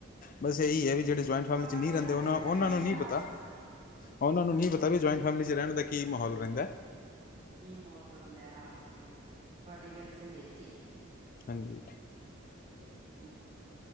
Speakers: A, on the left; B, on the right.
A: ਬਸ ਏਈ ਐ ਵੀ ਜੇੜੇ ਜੁਆਇੰਟ ਫੈਮਲੀ
B: ਹਾਂ
A: ਚ ਨਈ
B: ਸੇਰਾਂ
A: ਰੈਂਦੇ ਓਨਾਂ
B: ਚ ਤਾਂ ਐਵੇਂ
A: ਓਨਾ ਨੂੰ
B: ਹੀ ਆ,
A: ਨਈ
B: ਹਾਂ
A: ਪਤਾ ਓਨਾਂ ਨੂੰ
B: ਹਾਂਜੀ
A: ਨੀ ਪਤਾ ਵੀ ਜੁਆਇੰਟ ਫੈਮਲੀ ਚ ਰੈਣ ਦਾ ਕੀ ਮਾਹੌਲ ਰੈਂਦੈ
B: ਕੀ ਮੋਲ ਹੁੰਦਾ ਹਾਂ ਤੁਹਾਡੀ ਗੱਲ ਸਈ <unintelligible>
A: ਹਾਂਜੀ।
B: <unintelligible>